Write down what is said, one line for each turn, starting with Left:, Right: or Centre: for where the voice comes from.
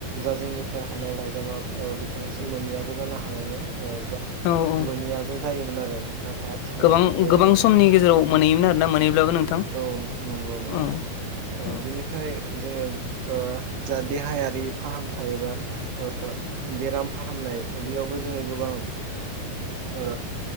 Right: जा जोंनिफ्राय हरनाय लाइजामा ओ बिथांनिसिम मोनैयाबो जानो हानायमोन ओ बा
Left: औ औ
Right: मोनैयाबो जायोमोन आरो नाथाय आथिखालाव
Left: गोबां
Right: बेफोरबायदि
Left: गोबां
Right: नंला
Left: समनि गेजेराव मोनहैयोमोन आरोना मोनहैब्लाबो नोंथां
Right: औ नो नंगौ नंगौ
Left: औ
Right: ओ
Left: औ
Right: बिनिफ्राय जोङो ओ जा देहायारि फाहामथाय एबा ओ बेराम फाहामनाय बेयावबो जों जोङो गोबां ओ